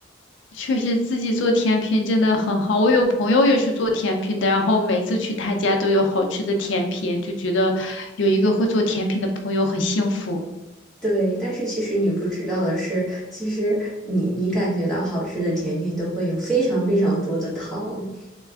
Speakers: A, on the left; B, in the centre.
A: 确实自己做甜品真的很好。我有朋友也是做甜品的，然后每次去他家都有好吃的甜品，就觉得有一个会做甜品的朋友很幸福。
B: 对，但是其实你不知道的是，其实你你感觉到好吃的甜品都会有非常非常多的糖。